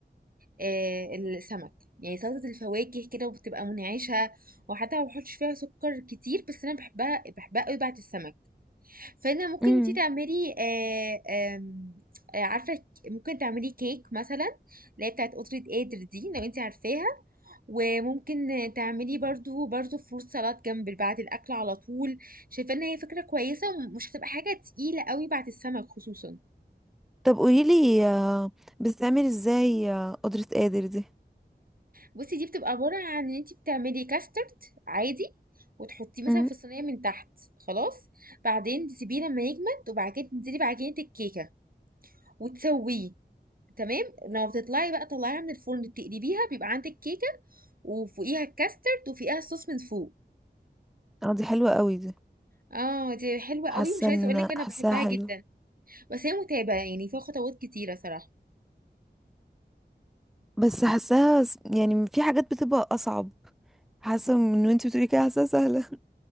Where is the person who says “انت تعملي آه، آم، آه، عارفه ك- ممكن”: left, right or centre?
Right